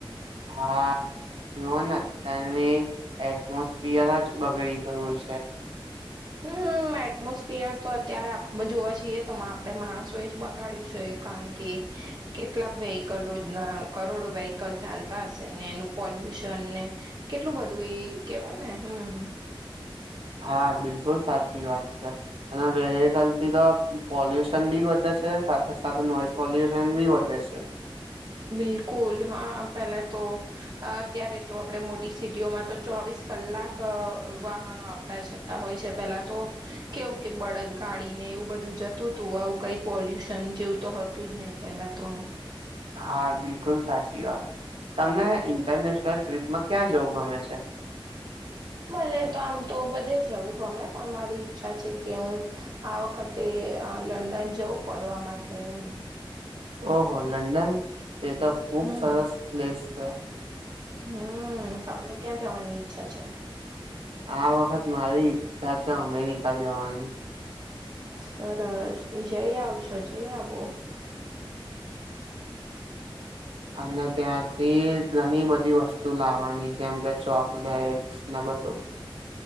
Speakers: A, on the right; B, on the right.
A: હા જુઓ ને તયાની એટમોસ્ફિયર જ બગડી ગયું છે.
B: હમ એટમોસફિયર તો અત્યારે જોવા જઈએ તો આપડે માણસો જ બગાડ્યું છે. કારણ કે કેટલા વેહકલ રોજના કરોડો વ્હકલ ચાલતા હશે ને એનું પોલ લ્યુન ને કેટલું બધું એ કેવાય ને હમ
A: હા બિલકુલ સાચી વાત છે અને વેહકલ થી તો પોલ્યુશન બી વધે સાથે સાથે નોઈસ વોલ્યુશન બી વધે છે.
B: બિલકુલ હા પેલા તો અત્યારે તો આપણે મોટી સિટીઓમાં તો ચોવીસ કલાક વાહનો આવતા જતા હોય છે પેલા તો કેવું કે બળદ ગાડી એવું બધું જતું હતું આવું કઈ પોલ્યુશન જેવું તો હતું જ નહિ પેલા તો આમ.
A: હા બિલકુલ સાચી વાત છે તમને ઇન્ટરનેશનલ ટ્રીપમાં ક્યાં જવ હમેશા.
B: મને તો આમ તો બધે જવું ગમે પણ મારી ઈચ્છા છે કે હું આ વખતે લંડન જઉં બ ફરવા માટે એમ.
A: ઓહ લંડન તે તો ખૂબ
B: હમ
A: સરસ પ્લેસ છે.
B: હમ તમને ક્યાં જવાની ઈચ્છા છે.
A: આ વખત મા આવી ચાચા અમેરિકા જવાની.
B: સરસ જઈ આવજો જઈ આવો.
A: અને ત્યાંથી ઘણી બધી વસ્તુ લાવવાની જેમ કે ચોકલેટ <inaudible>